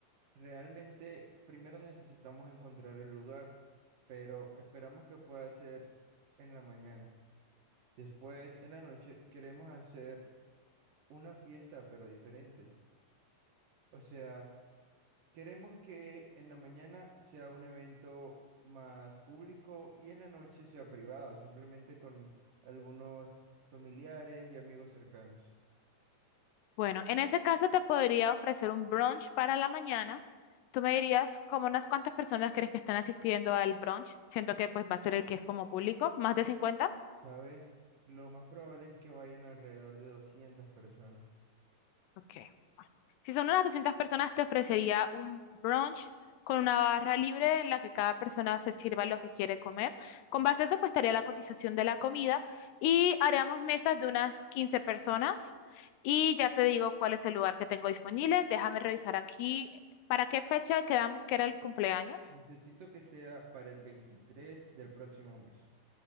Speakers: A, on the right (about 60°); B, on the left (about 80°).
A: Realmente, primero necesitamos encontrar el lugar, pero esperamos que pueda ser en la mañana. Después, en la noche, queremos hacer una fiesta, pero diferente. O sea, queremos que en la mañana sea un evento más público y en la noche sea privado, simplemente con algunos familiares y amigos cercanos.
B: Bueno, en ese caso te podría ofrecer un brunch para la mañana. Tú me dirías como unas cuantas personas crees que están asistiendo al brunch. Siento que pues va a ser el que es como público, más de 50.
A: ¿Sabes? Lo más probable es que vayan alrededor de 200 personas.
B: Ok. bueno. Si son unas 200 personas, te ofrecería un brunch con una barra libre en la que cada persona se sirva lo que quiere comer. Con base a eso, pues estaría la cotización de la comida y haríamos mesas de unas 15 personas. Y ya te digo cuál es el lugar que tengo disponible. Déjame revisar aquí. ¿Para qué fecha quedamos que era el cumpleaños?
A: Necesito que sea para el 23 del próximo mes.